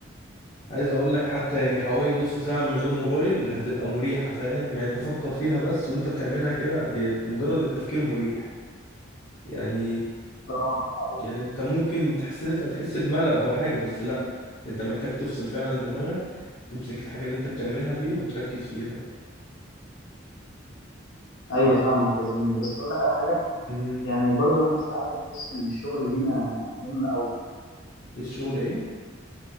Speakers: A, on the left; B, on the left.
A: عايز اقول لك حتى يعني حوالي نص ساعة من غير موبايل هتبقى مريحة فاهم يعني انت فكر فيها بس وانت بتعملها كده ديت مجرد التفكير مريح يعني
B: اه ده حقيقي
A: يعني انت ممكن تحس ان انت هتحس بملل او حاجة بس لا انت محتاج تفصل فعلا دماغك تمسك الحاجة اللي انت بتعملها دي وتركز فيها يعني
B: ايوه
A: يعني
B: فاهمك يا زميلي بس اقول لك على حاجه
A: امم
B: يعني برضو احنا ساعات بنحس ان الشغل لينا مهم قوي
A: الشغل ايه